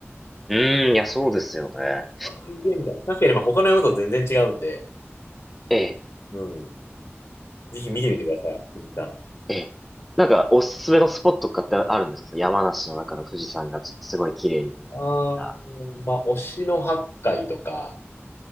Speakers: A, in the centre; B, on the left (about 65°).
A: うん、いや、そうですよね。
B: すげえみたいな。確かにまあ他の山と全然違うんで、
A: ええ、
B: うん。ぜひ見てみてください、藤井さん。
A: ええ。なんか、おすすめのスポットとかってあるんですかその山梨の中の富士山がすごい綺麗に見えるみたいな。
B: あー、まあ、推しの八海とか、